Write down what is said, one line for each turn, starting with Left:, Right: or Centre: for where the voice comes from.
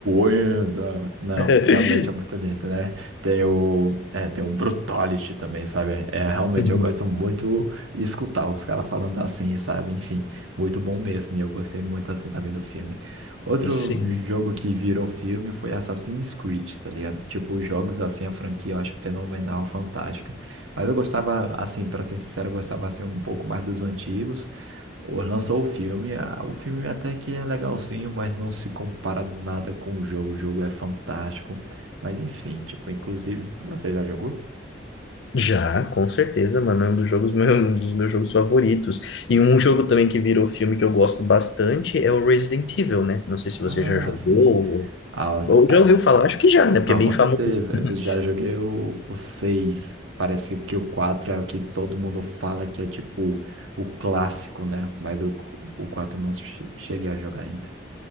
Right: win. Ah, Não,
Left: <laughs>
Right: realmente é muito lindo, né? Tem o, é, tem o Brutality também, sabe? É, realmente
Left: Uhum.
Right: eu gosto muito de escutar os caras falando assim, sabe? Enfim, muito bom mesmo. E eu gostei muito assim também do filme. Outro
Left: Sim.
Right: jogo que virou filme foi Assassin's Creed, tá ligado? Tipo, os jogos assim, a franquia eu acho fenomenal, fantástica. Mas eu gostava, assim, pra ser sincero, eu gostava assim um pouco mais dos antigos. Ou Lançou o filme, ah, o filme até que é legalzinho, mas não se compara nada com o jogo. O jogo é fantástico. Mas enfim, tipo, inclusive, você já jogou?
Left: Já, com certeza, mano, é um dos jogos, meu- <laughs> um dos meus jogos favoritos. E um jogo também que virou filme que eu gosto bastante é o Resident Evil, né? Não sei se
Right: Ah,
Left: você já jogou
Right: sim.
Left: ou,
Right: Ah, os-
Left: ou
Right: ah,
Left: já ouviu falar, acho que já, né? Porque
Right: não,
Left: é bem
Right: com
Left: famoso.
Right: certeza.
Left: <laughs>
Right: Eu já joguei o, o seis Parece que que o 4 é o que todo mundo fala que é tipo o clássico, né? Mas o, o 4 eu não che- cheguei a jogar ainda.